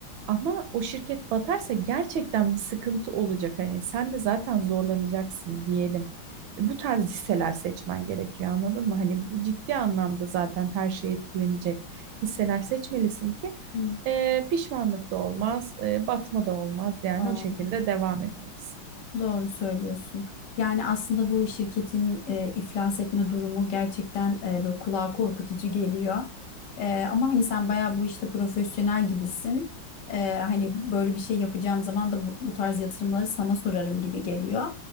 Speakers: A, on the right (about 75°); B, on the left (about 65°).
A: ama o şirket batarsa gerçekten bir sıkıntı olacak. Hani sen de zaten zorlanacaksın diyelim. Bu tarz hisseler seçmen gerekiyor anladın mı? Hani bu ciddi anlamda zaten her şey etkilenecek hisseler seçmelisin ki
B: Hı,
A: e, pişmanlık da olmaz, e, batma da olmaz yani
B: Doğru.
A: o şekilde devam etmelisin.
B: Doğru söylüyorsun. Yani aslında bu şirketin e, iflas etme durumu gerçekten e, böyle kulağa korkutucu geliyor. E, ama hani sen bayağı bu işte profesyonel gibisin. E, hani böyle bir şey yapacağım zaman da bu, bu tarz yatırımları sana sorarım gibi geliyor.